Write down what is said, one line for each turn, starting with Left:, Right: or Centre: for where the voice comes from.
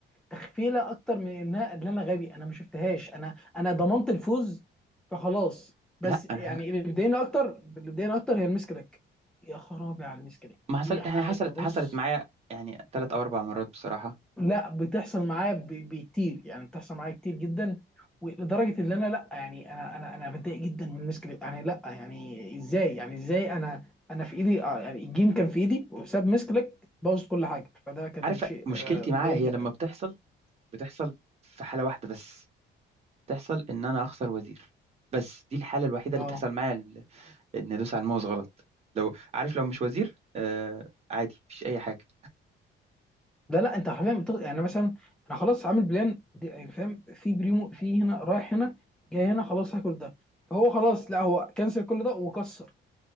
Centre: تخفيله اكتر من انها ان انا غبي انا ما شفتهاش انا انا ضمنت الفوز فخلاص بس
Right: لا أنا
Centre: يعني اللي بيضايقني اكتر اللي بيضايقني اكتر هي المسكلك يا خرابي على المسكلك
Right: ما حصل
Centre: دي حاجه
Right: يعني حصلت
Centre: بص
Right: حصلت معايا يعني ثلاث او اربع مرات بصراحه
Centre: لا بتحصل معايا ب- بكتير يعني بتحصل معايا كتير جدا ولدرجه ان انا لا يعني انا انا انا بتضايق جدا من مسك يعني لا يعني ازاي يعني ازاي انا انا في ايدي اه يعني الجيم كان في ايدي وبسبب مسكلك بوظت كل حاجه فده كان
Right: عارف
Centre: شيء
Right: مشكلتي
Centre: آه،
Right: معاها
Centre: مضايقني
Right: هي
Centre: جدا
Right: لما بتحصل بتحصل في حاله واحده بس تحصل ان انا اخسر وزير بس دي الحاله الوحيده اللي
Centre: اه
Right: بتحصل معايا ان ادوس على الماوس غلط لو عارف لو مش وزير آه عادي مفيش اي حاجه
Centre: لا لا انت حرفيا بتغ... يعني مثلا انا خلاص عامل بلان دي- يعني فاهم في بريمو في هنا رايح هنا جاي هنا خلاص هاكل ده فهو خلاص لا هو كنسل كل ده وكسر